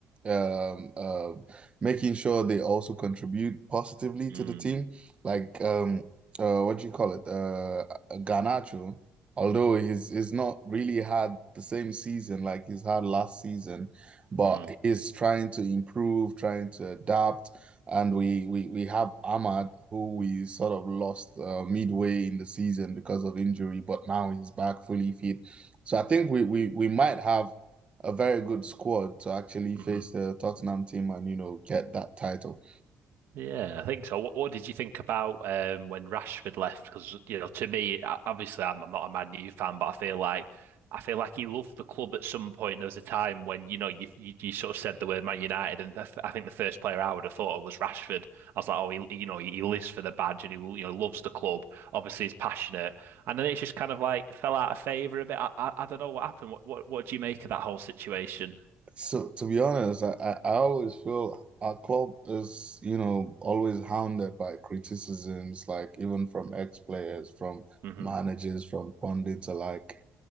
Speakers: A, on the right; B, on the right.
A: um, uh, making sure they also contribute positively
B: Mm.
A: to the team. Like um, uh, what do you call it? Uh, Garnacho, although he's he's not really had the same season like he's had last season, but
B: Mm.
A: he's trying to improve, trying to adapt. And we we we have Ahmad, who we sort of lost uh, midway in the season because of injury, but now he's back fully fit. So I think we we we might have a very good squad to actually face
B: Mm.
A: the
B: <laughs>
A: Tottenham team and you know get that title.
B: Yeah, I think so. What, what did you think about um, when Rashford left? Because you know, to me, I- obviously, I'm, I'm not a Man U fan, but I feel like I feel like he loved the club at some point. There was a time when you know you you, you sort of said the word Man United, and I th- I think the first player I would have thought of was Rashford. I was like, oh, he you know he, he lives for the badge and he you know loves the club. Obviously, he's passionate, and then it's just kind of like fell out of favour a bit. I, I I don't know what happened. What what what do you make of that whole situation?
A: So to be honest, I, I always feel our club is you know always hounded by criticisms, like even from ex-players, from
B: hmm
A: managers, from pundits alike.